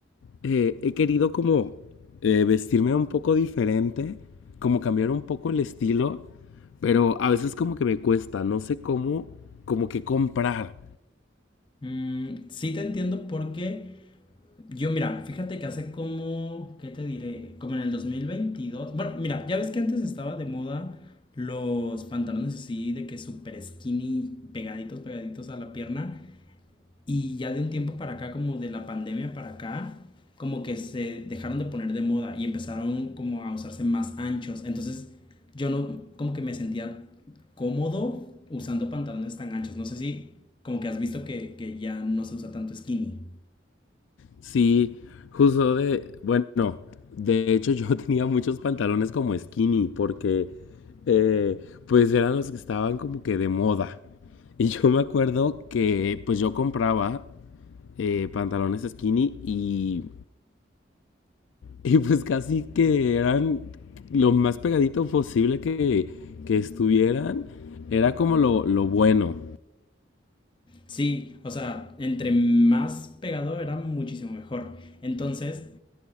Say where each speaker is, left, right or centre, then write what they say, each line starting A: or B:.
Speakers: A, on the left; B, on the left.
A: eh, he querido como eh, vestirme un poco diferente, como cambiar un poco el estilo, pero a veces como que me cuesta, no sé cómo, como que comprar.
B: Mm, sí te entiendo porque yo, mira, fíjate que hace como, ¿qué te diré? Como en el dos mil veintidós Bueno, mira, ya ves que antes estaba de moda los pantalones así de que súper skinny, pegaditos, pegaditos a la pierna. Y ya de un tiempo para acá, como de la pandemia para acá, como que se dejaron de poner de moda y empezaron como a usarse más anchos. Entonces yo no, como que me sentía cómodo usando pantalones tan anchos. No sé si como que has visto que, que ya no se usa tanto skinny.
A: Sí, justo de, bueno, de hecho yo <laughs> tenía muchos pantalones como skinny porque eh, pues eran los que estaban como que de moda. Y yo me acuerdo que pues yo compraba eh, pantalones skinny y Y pues casi que eran lo más pegadito posible que, que estuvieran. Era como lo, lo bueno. <laughs>
B: Sí, o sea, entre más pegado era muchísimo mejor. Entonces